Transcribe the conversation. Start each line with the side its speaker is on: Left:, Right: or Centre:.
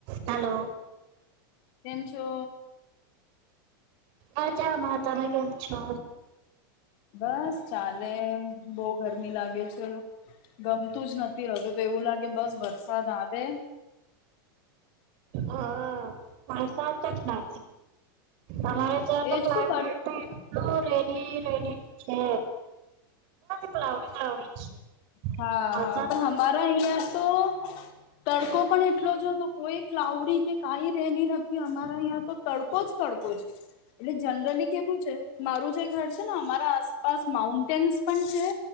Right: હલો
Left: તેમમ છો
Right: મજમાં તમે કેમ છો?
Left: બસ ચાલે બહ ગરમી લાગે છે. ગમતું જ નથી હવેું તો એવું લાગે બસ વરસાદ આવે.
Right: હ માસા તો જ ના અમારે ત્યા તો
Left: એજ
Right: ક્લાઇમેટ
Left: નહી
Right: ઇ રેલી રેલી છે. ક્લાઉડી ક્લાઉડી જ છે
Left: હા
Right: વરસાદ
Left: હા પણ
Right: નથી પડતો.
Left: હરા યા તો તડકો પણ એટલો જ હતો કોઈ ક્લાઉડી કે કઈ રહેલી નથી અમારા અ્યાં તો તડકો જ તડકો જ એટલે જનરલી કે શ છે મારું જે ઘર છે ને અમારા આસપાસ માઉન્ટેન્સ પણ છે